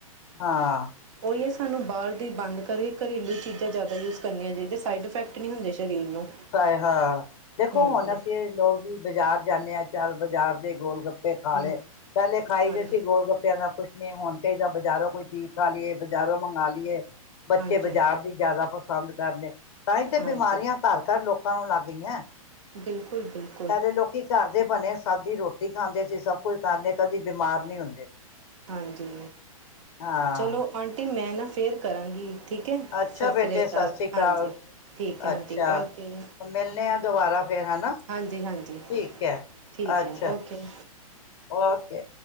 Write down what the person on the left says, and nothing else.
ਹਾਂ
ਤਾਂ ਏ ਹਾਂ ਦੇਖੋ
ਹੁਣ ਅਸੀਂ ਲੋਕ ਵੀ ਬਾਜ਼ਾਰ ਜਾਂਦੇ ਹਾਂ ਚੱਲ ਬਾਜ਼ਾਰ ਦੇ ਗੋਲ ਗੱ ਤੇ ਖਾ
ਲਏ ਪਹਿਲੇ ਖਾਈ
ਦੇ ਸੀ ਗੋਲ ਗੱਪਿਆਂ ਨਾਲ ਕੁਛ ਤੇ ਹੁਣ ਤੇ ਬਾਜ਼ਾਰੋਂ ਕੋਈ ਚੀਜ਼ ਖਾ ਲਈਏ ਬਜ਼ਾਰੋਂ ਮੰਗਵਾ ਲਈਏ ਬੱਚੇ
ਬਾਜ਼ਾਰ ਦੀ ਜ਼ਿਆਦਾ ਪਸੰਦ ਕਰਦੇ ਤਾਂ ਹੀ ਤੇ
ਬਿਮਾਰੀਆਂ ਘਰ ਘਰ ਲੋਕਾਂ ਨੂੰ ਲੱਗ ਗਈਆਂ
ਪਹਿਲੇ ਲੋਕੀ ਘਰ ਦੇ ਬਣੇ ਸਾਦੀ ਰੋਟੀ ਖਾਂਦੇ ਸੀ ਸਭ ਕੋਈ ਖਾਂਦੇ ਕਦੀ ਬਿਮਾਰ ਨਹੀਂ ਹੁੰਦੇ ਸੀ
ਹਾਂ
ਅੱਛਾ
ਬੇਟੇ
ਸਤਿ ਸ੍ਰੀ ਅਕਾਲ
ਅੱਛਾ
ਮਿਲਣੇ ਆ ਦੁਬਾਰਾ ਫੇਰ ਹਨਾ
ਠੀਕ ਹੈ
ਅੱਛਾ
ਓਕੇ